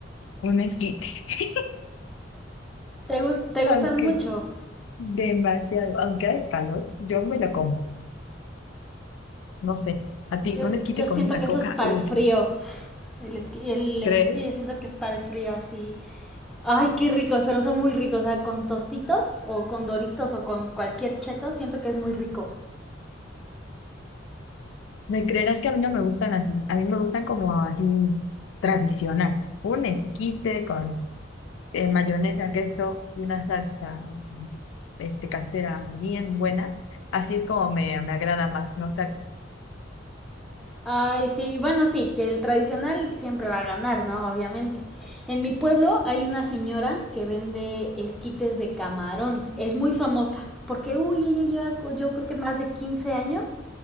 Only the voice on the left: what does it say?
un esquite. <laughs>
Aunque
demasiado, aunque hay calor, yo me lo como. No sé. A ti,
un esquite
con una
coca,
uf,
¿crees?
¿Me creerás que a mí no me gustan así? A mí me gustan como así tradicional. Un esquite con eh, mayonesa, queso y una salsa este, casera bien buena. Así es como me, me agrada más, no sé.